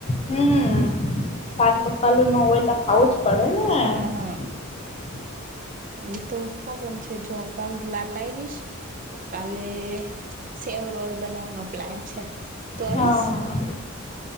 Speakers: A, on the left (about 30°); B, on the right (about 40°).
A: હમ શાકપકલું ન હોય તો ખાવું જ પડે ને
B: હા.
A: <inaudible>
B: એતો પ્રોબ્લેમ છે જો કોણ લાલ <unintelligible> કાલે સેવ રોલ બનાવવાનો પ્લાન છે. તું આવીશ
A: હા